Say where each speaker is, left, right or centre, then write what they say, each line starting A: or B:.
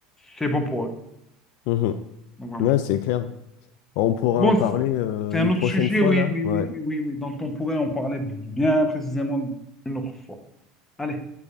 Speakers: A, on the left; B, on the left.
A: c'est bon pour eux.
B: Mhm.
A: Donc voilà.
B: Ouais, c'est clair. On pourrait
A: Bon,
B: en parler
A: c-
B: euh,
A: c'est
B: une
A: un autre
B: prochaine
A: sujet,
B: fois
A: oui,
B: là.
A: oui,
B: Ouais.
A: oui, oui, oui, oui, dont on pourrait en parler bien précisément une autre fois. Allez.